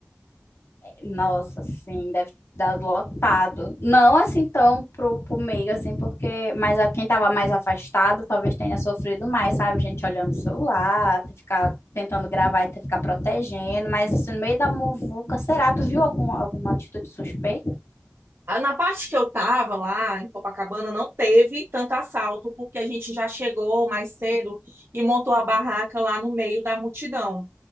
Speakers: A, on the left (about 80°); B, on the right (about 65°).
A: Nossa, sim, deve ter dado lotado. Não assim tão pro, pro meio, assim, porque. Mas a quem tava mais afastado talvez tenha sofrido mais, sabe? Gente olhando o celular, ter que ficar tentando gravar e ter que ficar protegendo. Mas assim, no meio da muvuca, será? Tu viu algum, alguma atitude suspeita?
B: Ah, Na parte que eu tava lá em Copacabana não teve tanto assalto, porque a gente já chegou mais cedo e montou a barraca lá no meio da multidão.